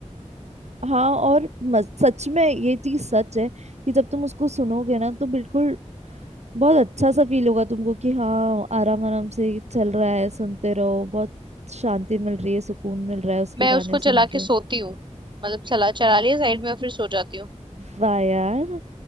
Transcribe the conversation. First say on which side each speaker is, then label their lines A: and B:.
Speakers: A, on the right (about 65°); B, on the right (about 40°).
A: हाँ और मज, सच में ये चीज सच है कि जब तुम उसको सुनोगे ना तो बिल्कुल बहुत अच्छा सा फील होगा तुमको कि हाँ आराम आराम से चल रहा है सुनते रहो बहुत शांति मिल रही है सुकून मिल रहा है उसके
B: मैं
A: गाने
B: उसको
A: सुन
B: चला के
A: के
B: सोती हूँ मतलब चला चला लिया साइड में और फिर सो जाती हूँ
A: वाह यार